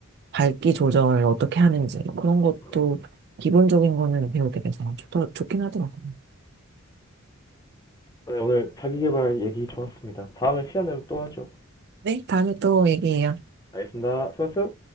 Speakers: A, on the right (about 50°); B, on the left (about 15°).
A: 밝기 조절 어떻게 하는지 그런 것도
B: 음.
A: 기본적인 거는 배우게 돼서 좋, 좋긴 하더라고요.
B: 네, 오늘 자기계발 얘기 좋았습니다. 다음에 시간 되면 또 하죠.
A: 네, 다음에 또 얘기해요.
B: 알겠습니다. 수고하셨어요.